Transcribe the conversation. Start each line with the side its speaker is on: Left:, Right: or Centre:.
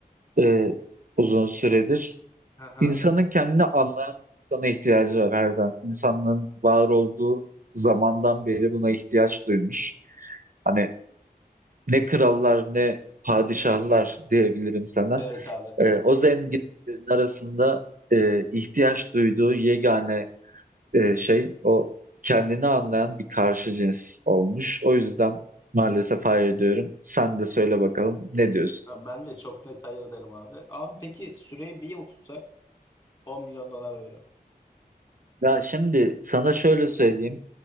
Right: ee, uzun süredir.
Left: Hı hı.
Right: İnsanın kendini anlayan bir insana ihtiyacı var her zaman. İnsanlığın var olduğu zamandan beri buna ihtiyaç duymuş. Hani ne krallar ne padişahlar diyebilirim sana.
Left: Evet abi.
Right: Ee, o zenginlerin arasında e, ihtiyaç duyduğu yegane e, şey o kendini anlayan bir karşı cins olmuş. O yüzden maalesef hayır diyorum. Sen de söyle bakalım ne diyorsun?
Left: Ben de çok net hayır derim abi. Abi peki süreyi bir yıl tutsak 10 milyon dolar veririm.
Right: Ya şimdi sana şöyle söyleyeyim.